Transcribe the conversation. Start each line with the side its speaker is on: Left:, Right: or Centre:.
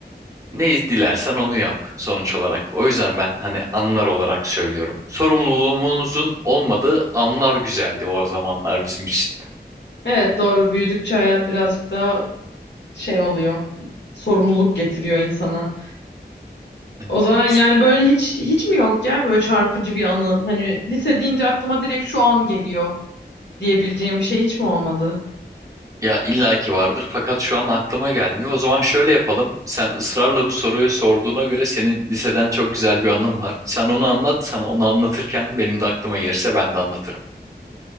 Right: ne dilersen onu yap sonuç olarak. O yüzden ben hani anlar olarak söylüyorum. Sorumluluğumuzun olmadığı anlar güzeldi o zamanlar bizim için.
Left: Evet doğru. Büyüdükçe hayat birazcık daha şey oluyor. Sorumluluk getiriyor insana.
Right: <laughs>
Left: O zaman yani böyle hiç hiç mi yok ya böyle çarpıcı bir anı? Hani lise deyince aklıma direkt şu an geliyor diyebileceğim bir şey hiç mi olmadı?
Right: Ya illaki vardır fakat şu an aklıma gelmiyor. O zaman şöyle yapalım. Sen ısrarla bu soruyu sorduğuna göre senin liseden çok güzel bir anın var. Sen onu anlat, sana onu anlatırken benim de aklıma gelirse ben de anlatırım.